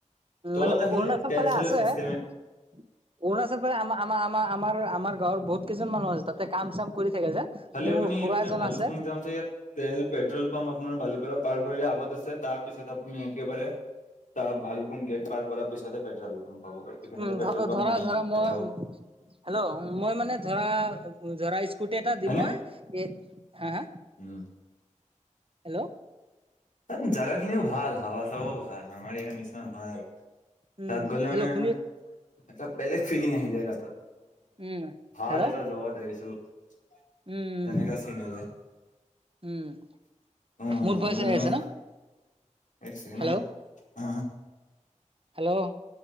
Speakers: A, on the left; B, on the right.
A: তলত
B: মানে
A: আহিলে
B: অৰুণাচল
A: তেল
B: ফালে
A: চেলৰ
B: আছে।
A: চিষ্টেম।
B: অৰুণাচল ফালে আমাৰ আমাৰ আমাৰ আমাৰ গাঁৱৰ বহুত। কেইজন মানুহ আছে তাতে কাম চাম কৰি থাকে যে।
A: খালি
B: মোৰ
A: আপুনি
B: খুৰা
A: ইপিনে
B: এজন
A: ভালুফুং
B: আছে
A: যামতে তেল, পেট্ৰল। ভাল পাম আপোনাৰ বালিপাৰা পাৰ কৰি আগত আছে তাৰ পিছত আপুনি একেবাৰে। তাৰ ভালুফুং গেট পাৰ কৰাৰ পিছতে পেট্ৰল। পাম্প পাব এইপিনেতো
B: উম
A: পেট্ৰল
B: ধ
A: পাম্প
B: ধৰা
A: নায়েই
B: ধৰা মই
A: এটাও
B: হেল্ল' মই মানে ধৰা ধৰা। পুট এটা দি
A: হয়নে
B: মই এ হা হা।
A: উম।
B: হেল্ল'।
A: তাত জেগা খিনিও ভাল হাৱা চাৱাও ভাল আমাৰ ইয়াৰ নিচিনা নহয় আৰু।
B: উম
A: তাত গ'লে মানে
B: হেল্লো' শুনিয়ে।
A: এটা বেলেগ ফিলিং আহি গাতত
B: উম,
A: ভাল
B: হেল্ল'
A: এটা জেগাত আহিছোঁ। <unintelligible>
B: উম,
A: তেনেকা চিন যায়।
B: উম
A: উম
B: মোৰ পৰা চাই আছে ন।
A: এক চেকেণ্ড
B: হেল্ল'
A: হা। অ
B: হেল্ল'।